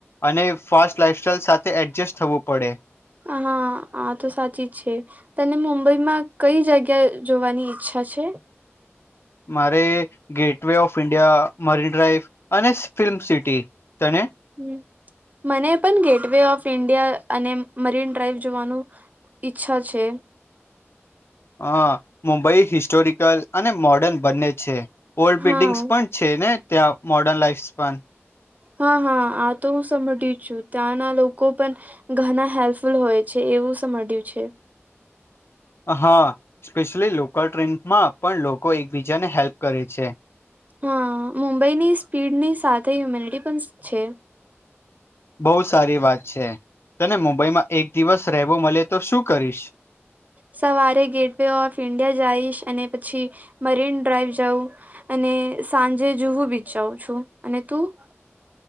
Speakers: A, on the left; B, on the right.
A: અને ફાસ્ટ લાાઈફસ્ટાઈલ સાથે એડજસ્ટ થવું પડે
B: હા આ તો સાચી જ છે તને મુંબઈ માં કઈ જગ્યા જોવાની ઈચ્છા છે
A: મારે gateway of India Marine Drive અને ફિલ્મ સિટી તને
B: હ મને પણ ગેટવે ઓફ ઇન્ડિયા અને મરીન ડ્રાઈવ જોવાનું ઈચ્છા છે
A: હા મુંબઈ હિસ્ટોરિકલ અને મોડર્ન બંને છે ઓલ્ડ
B: હા
A: બિલ્ડિંગ્સ પણ છે ને ત્યાં મોર્ડર્ન લાઈફસ પણ
B: હા હા આ તો હું સમભળ છું ત્યાંના લોકો પણ ઘણા હેલ્પફુલ હોય છે એવુંયું છે
A: હા સ્પેશલી લોકલ ટ્રેનમાં પણ લોકો એકબીજાને હેલ્પ કરે છે
B: હા મુંબઈની સ્પીડની સાથે હ્યુમિનિટી પણ છે
A: બહુ સારી વાત છે તને મુંબઈમાં એક દિવસ રહેવો મળે તો શું કરીશ
B: સવારે ગેટ વે ઓફ ઇન્ડિયા જઈશ અને પછી મરીન ડ્રાઈવ જાવું અને સાંજે જુ હું બીજઉું છું અને તું